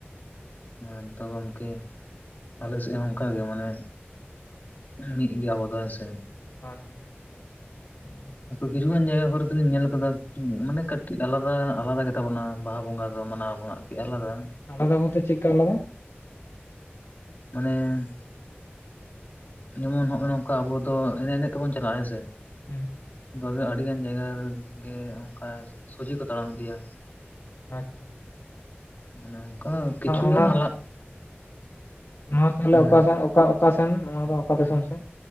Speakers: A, on the left; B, on the left.
A: ᱦᱮᱸ ᱛᱚ ᱜᱚᱝᱠᱮ ᱟᱞᱮ ᱥᱮᱫ ᱦᱚᱸ ᱚᱱᱠᱟᱜᱮ ᱢᱟᱱᱮ ᱢᱤᱫ ᱜᱮ ᱟᱵᱚ ᱫᱚ ᱦᱮᱸᱥᱮ?
B: <inaudible>
A: ᱠᱤᱪᱷᱩᱜᱟᱱ ᱡᱟᱭᱜᱟ ᱠᱚᱨᱮ ᱫᱚᱞᱤᱧ ᱧᱮᱞ ᱟᱠᱟᱫᱟ ᱢᱟᱱᱮ ᱠᱟᱹᱴᱤᱡ ᱟᱞᱟᱫᱟ ᱟᱞᱟᱫᱟ ᱜᱮᱛᱟ ᱵᱚᱱᱟ ᱵᱟᱦᱟ ᱵᱚᱸᱜᱟ ᱫᱚ ᱢᱟᱱᱟᱣ ᱟᱵᱚᱱᱟᱜ᱾ ᱠᱮ ᱟᱞᱟᱫᱟ
B: ᱟᱞᱟᱫᱟ ᱵᱚᱞᱛᱮ ᱪᱮᱫ ᱞᱮᱠᱟ ᱟᱞᱟᱫᱟ?
A: ᱢᱟᱱᱮ ᱡᱮᱢᱚᱱ ᱦᱚᱜ ᱱᱚᱝᱠᱟ ᱟᱵᱚ ᱫᱚ ᱮᱱᱮᱡ ᱮᱱᱮᱡ ᱛᱮᱵᱚᱱ ᱪᱟᱞᱟᱜᱼᱟ ᱦᱮᱸᱥᱮ
B: ᱦᱩᱸ
A: ᱫᱚ ᱟᱹᱰᱤ ᱜᱟᱱ ᱡᱟᱭᱜᱟ ᱨᱮᱜᱮ ᱚᱱᱠᱟ ᱥᱚᱡᱤ ᱠᱚ ᱛᱟᱲᱟᱢ ᱤᱫᱤᱭᱟ᱾
B: ᱟᱡ
A: ᱚᱱᱮ ᱚᱱᱠᱟ ᱠᱤᱪᱷᱩᱜᱟᱱ
B: ᱚᱱᱟ
A: ᱟᱞᱟᱜ
B: ᱱᱚᱣᱟ ᱛᱟᱦᱚᱞᱮ
A: ᱦᱮᱸ
B: ᱚᱠᱟᱥᱮᱫ ᱚᱠᱟ ᱚᱠᱟ ᱥᱮᱱ ᱱᱚᱣᱟ ᱫᱚ ᱚᱠᱟ ᱫᱤᱥᱚᱢ ᱥᱮᱱ?